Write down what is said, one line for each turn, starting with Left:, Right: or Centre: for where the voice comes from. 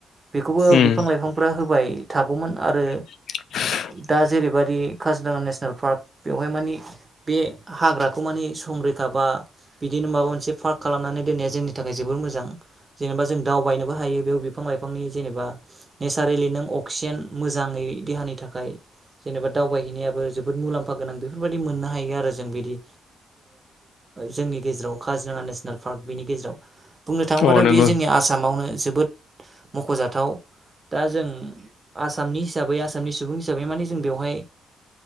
Right: बेखौबो
Left: उम
Right: बिफां लाइफांफ्रा होबाय थागौमोन आरो
Left: <inaudible>
Right: दा जेरैबायदि काजिरंङा नेसनेल पार्क बेवहाय मानि बे हाग्राखौ मानिे सङ। थाबा बिदिनो माबा मोनसे दोननाया जोंनि थाखाय जोबोर मोजां जेनेबा जों दावबायनोबो हायो बेयाव बिफां लाइफांनि जेनेबा नेचारेलि नों अक्सिजेन मोजाङै देहानि थाखाय जेनेबा दावबायैनाय जोबोद मुलामफा गोनां बेफोर बायदि मोननो हायो आरो जों बिदि जोंनि गेजेराव। ङा नेसनेल पार्क बिनि गेजेराव बुंनो थाङोबाथ'
Left: अ नंगौ
Right: बेयो जोंनि आसामावनो जोबोद मख'जाथाव दा जों आसामनि हिसाबै आसामनि सुबुं हिसाबै माने जों बेवहाय